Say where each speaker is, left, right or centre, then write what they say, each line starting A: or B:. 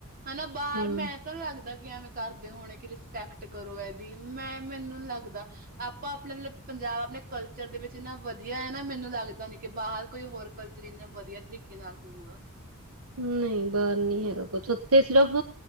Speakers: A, on the right (about 40°); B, on the right (about 65°).
A: ਹਨਾ ਬਾਹਰ
B: ਹੂੰ,
A: ਮੈਂ ਤਾਂ ਨ ਲੱਗਦਾ ਕਿ, ਐਵੇਂ ਕਰਦੇ ਹੋਣੇ ਕਿ ਰਿਸਪੈਕਟ ਕਰੋ ਇਹਦੀ। ਮੈਂ ਮੈਨੂੰ ਲੱਗਦਾ ਆਪਾਂ ਆਪਣੇ ਮਤਲਬ ਪੰਜਾਬ ਆਪਣੇ, ਕਲਚਰ ਦੇ ਵਿੱਚ ਇੰਨਾ ਵਧੀਆ ਹੈ ਨਾ ਮੈਨੂੰ ਲੱਗਦਾ ਨੀ, ਕਿ ਬਾਹਰ ਕੋਈ ਹੋਰ ਕਲਚਰ ਇੰਨਾ ਵਧੀਆ ਤਰੀਕੇ ਨਾਲ ਹੋਊਗਾ।
B: ਨਹੀਂ ਬਾਰ ਨੀ ਹੈਗਾ ਕੋ ਉੱਥੇ ਸਿਰਫ਼,